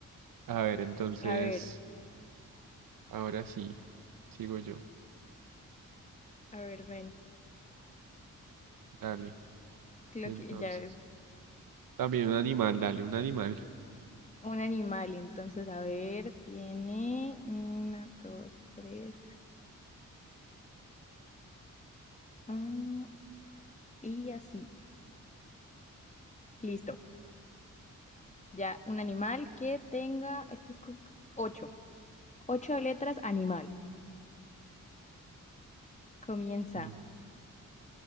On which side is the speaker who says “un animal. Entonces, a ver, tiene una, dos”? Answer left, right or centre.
Left